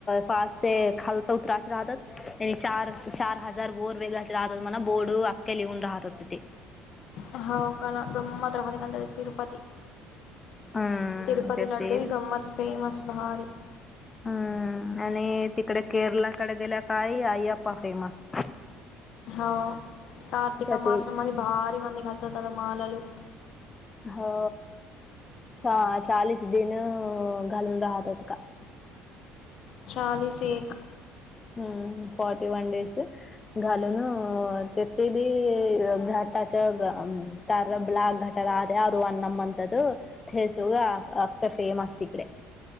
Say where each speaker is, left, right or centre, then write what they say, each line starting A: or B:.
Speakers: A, on the left; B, on the left.
A: पास खालत उत्रच राहतात <inaudible> त्यां चार चार हजार वोर वेगळाच राहत हो म्हणा बोडू अखख्या लिहून राहत होते ते
B: ह हो का ना गमात होळ कांत तिरपती <inaudible>
A: हम्म
B: तिरूपती
A: ते
B: लड्डू
A: ते
B: ह गंमत फेमस भारी <inaudible>
A: हम आणि तिकडे केरलाकडे गेल्या काळी आईप्पा फेमस <inaudible>
B: हो कार्तिक
A: त्या ते
B: मास मध्ये भारी मंद घालतात आता मलल <inaudible>
A: हो चाळीस दिन घालून राहत होत का <inaudible>
B: चाळीस एक
A: हम्म फर्ट वान डेज घालून तेे बी घ <inaudible> च त रबला घटराात <inaudible> अर अणम अंत सग अका फेमस इकडे <inaudible>